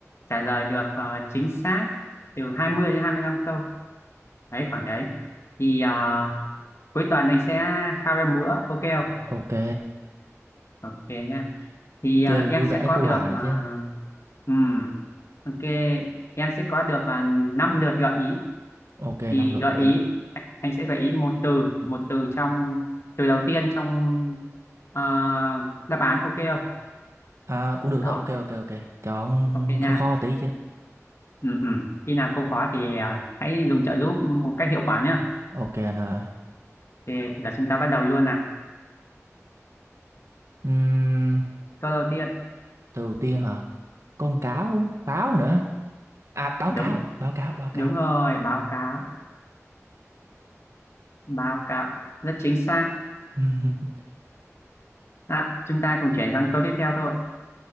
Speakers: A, on the left; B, on the right.
A: trả lời được à, chính xác từ 20 đến 25 câu đấy khoảng đấy thì à, cuối tuần anh sẽ khao em bữa ok không
B: ok.
A: ok nha thì à,
B: Chơi vui
A: em sẽ
B: vẻ
A: có
B: có
A: được
B: quà này
A: à,
B: chứ.
A: ừm, ok em sẽ có được à, 5 lượt gợi ý
B: Ok,
A: thì
B: năm lượt
A: gợi
B: gửi.
A: ý anh sẽ gợi ý một từ một từ trong từ đầu tiên trong à, đáp án ok không
B: À, cũng được
A: đó
B: thôi, ok ok ok. Chọn
A: ok nha
B: khó khó tí chứ.
A: ừ, ừ. khi nào câu khó thì à, hãy dùng trợ giúp một cách hiệu quả nhé
B: Ok anh ơi.
A: thì để chúng ta bắt đầu luôn nào
B: Uhm,
A: câu đầu tiên
B: từ đầu tiên hả? Con cáo, báo nữa. À, báo
A: đúng
B: cáo, báo cáo, báo cáo.
A: đúng rồi báo cáo báo cáo rất chính xác
B: <laughs>
A: à, chúng ta cùng chuyển sang câu tiếp theo thôi